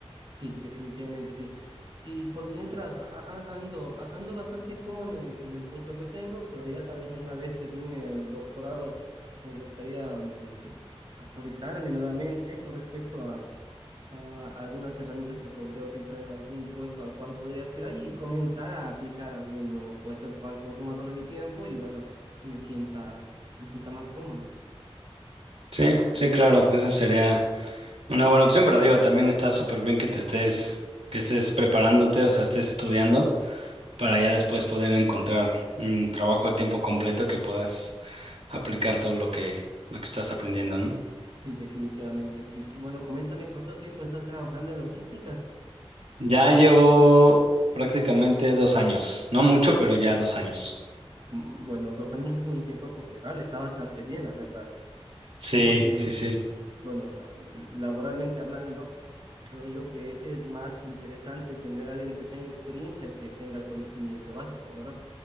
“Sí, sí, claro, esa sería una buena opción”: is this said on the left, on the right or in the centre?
Right